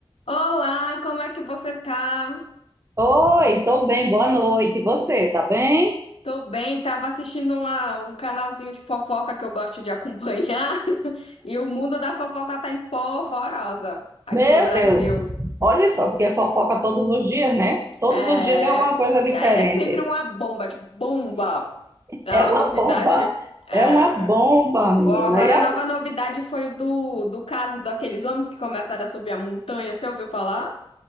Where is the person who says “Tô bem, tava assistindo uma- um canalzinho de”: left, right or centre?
Left